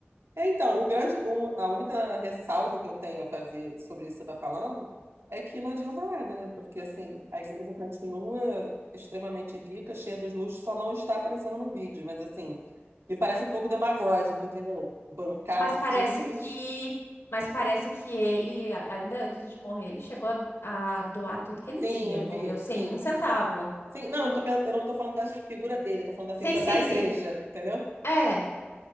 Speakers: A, on the right; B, on the left.
A: É, então, o grande, o- a única ressalva que eu tenho a fazer sobre isso que você está falando é que não adianta nada, né? Porque, assim, a igreja continua extremamente rica, cheia dos luxos, só não está aparecendo no vídeo. Mas, assim, me parece um pouco demagógico, entendeu? Bancar
B: Mas
A: o
B: parece
A: simples.
B: que, mas parece que ele, a- ainda antes de morrer, ele chegou a, a doar tudo que ele
A: Sim,
B: tinha. Ele
A: eu
B: morreu
A: vi,
B: sem
A: sim.
B: um centavo.
A: Sim, não, eu não tô, pen- eu não tô falando da figura dele, eu tô falando da
B: Sim,
A: figura
B: sim,
A: da igreja,
B: sim.
A: entendeu?
B: É.